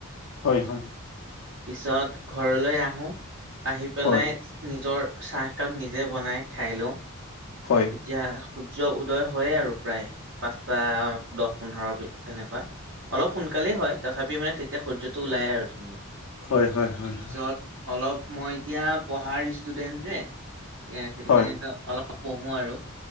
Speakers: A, on the left (about 75°); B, on the right (about 60°).
A: হয় হয়
B: পিছত ঘৰলৈ আহো আহি পেলাই
A: হয়
B: নিজৰ চাহকাপ নিজে বনাই খাই লওঁ
A: হয়
B: তেতিয়া সূৰ্য উদয় হয়েই আৰু প্ৰায় পাঁচটা দহ পোন্ধৰ তেনেকুৱা অলপ সোনকালেই হয় তথাপি মানে তেতিয়া সূৰ্যটো ওলাই আৰু
A: হয় হয় হয়
B: পিছত অলপ মই এতিয়া পঢ়াৰ ষ্টুডেন্ট যে এ সেইটো
A: হয়
B: কাৰণেো অলপ পঢ়ো আৰু